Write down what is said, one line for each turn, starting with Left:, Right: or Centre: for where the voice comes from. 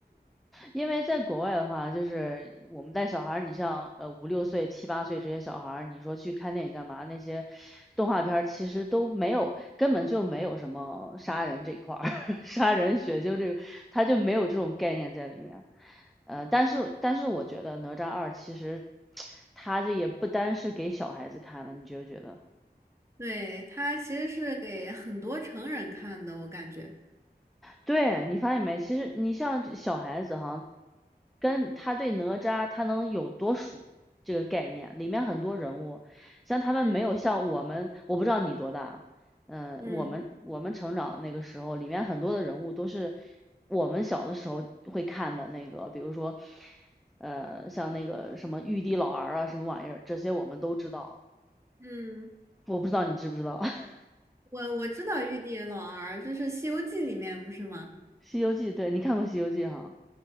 Centre: 因为在国外的话，就是我们带小孩儿，你像呃五六岁、七八岁这些小孩儿，你说去看电影干嘛？那些动画片儿其实都没有，根本就没有什么杀人这块儿，<laughs> 杀人血腥这个，他就没有这种概念在里面。呃，但是但是我觉得哪吒二其实 <tsk> 它这也不单是给小孩子看的，你觉不觉得？
Right: <laughs> 对，它其实是给很多成人看的，我感觉，
Centre: 对，你发现没？其实你像这小孩子哈，跟他对哪吒他能有多熟这个概念，里面很多人物，像他们没有像我们，
Right: 嗯
Centre: 我不知道你多大，嗯，
Right: 嗯
Centre: 我们我们成长那个时候，里面很多的人物都是我们小的时候会看的那个，比如说，呃，像那个什么玉帝老儿啊，什么玩意儿，这些我们都知道，
Right: 嗯，
Centre: 我不知道你知不知道 <laughs>
Right: 我我知道玉帝老儿，这是《西游记》里面不是吗？
Centre: 《西游记》？对，你看过《西游记》哈？